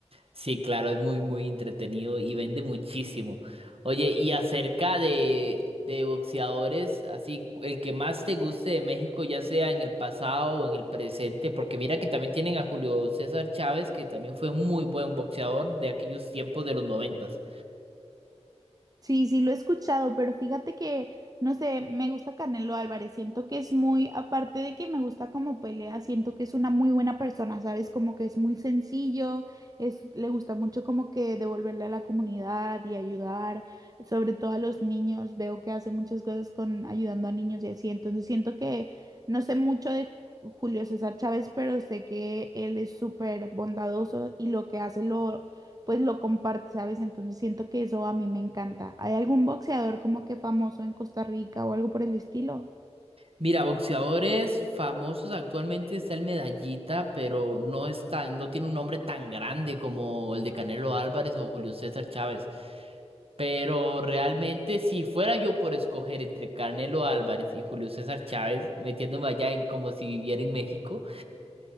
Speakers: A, on the right; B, on the right.
A: Sí, claro, es muy, muy entretenido y vende muchísimo. Oye, y acerca de, de boxeadores, así, el que más te guste de México, ya sea en el pasado o en el presente, porque mira que también tienen a Julio César Chávez, que también fue un muy buen boxeador de aquellos tiempos de los noventas.
B: Sí, sí, lo he escuchado, pero fíjate que, no sé, me gusta Canelo Álvarez, siento que es muy, aparte de que me gusta como pelea, siento que es una muy buena persona, ¿sabes? Como que es muy sencillo, es, le gusta mucho como que devolverle a la comunidad y ayudar, sobre todo a los niños, veo que hace muchas cosas con ayudando a niños y así, entonces siento que no sé mucho de Ju- Julio César Chávez, pero sé que él es súper bondadoso y lo que hace lo pues lo comparte, ¿sabes? Entonces siento que eso a mí me encanta. ¿Hay algún boxeador como que famoso en Costa Rica o algo por el estilo?
A: Mira, boxeadores famosos actualmente está el Medallita, pero no es tan, no tiene un nombre tan grande como el de Canelo Álvarez o Julio César Chávez. Pero realmente, si fuera yo por escoger entre Canelo Álvarez y Julio César Chávez, metiéndome allá en como si viviera en México,